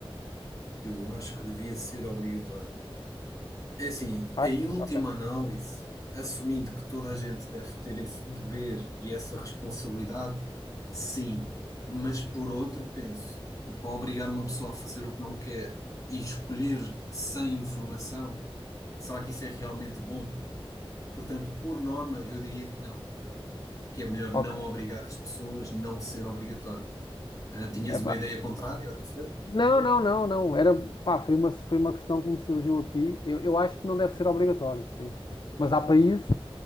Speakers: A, on the left (about 35°); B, on the left (about 50°).
A: Eu acho que devia ser obrigatório. É assim,
B: Faz?
A: em última
B: Ok.
A: análise, assumindo que toda a gente deve ter esse dever e essa responsabilidade, sim, mas por outro, penso, para obrigar uma pessoa a fazer o que não quer e escolher sem informação, será que isso é realmente bom? Portanto, por norma, eu diria que não, que é melhor
B: Ok.
A: não obrigar as pessoas, não ser obrigatório. Ah, tinhas
B: Epá.
A: uma ideia contrária ou diferente,
B: Não, não, não, não. Era, pá, foi uma, foi uma questão que me surgiu aqui. Eu, eu acho que não deve ser obrigatório, sim. Mas há países,